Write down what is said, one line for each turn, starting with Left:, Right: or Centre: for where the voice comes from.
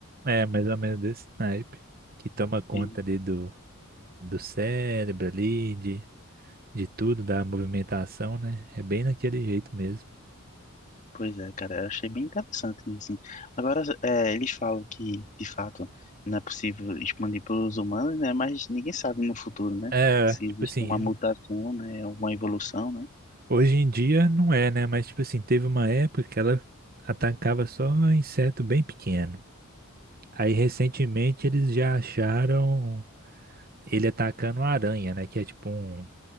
Right: É, mais ou menos desse naipe. Que toma conta
Left: E,
Right: ali do, do cérebro ali, de, de tudo, da movimentação, né? É bem naquele jeito mesmo.
Left: pois é, cara, eu achei bem interessante nisso. Assim. Agora, é, eles falam que, de fato, não é possível expandir para os humanos, né? Mas ninguém sabe no futuro, né?
Right: É,
Left: Se
Right: tipo
Left: existe
Right: assim,
Left: uma mutação, né? Alguma evolução, né?
Right: hoje em dia não é, né? Mas tipo assim, teve uma época que ela atacava só inseto bem pequeno. Aí recentemente eles já acharam ele atacando a aranha, né? Que é tipo um,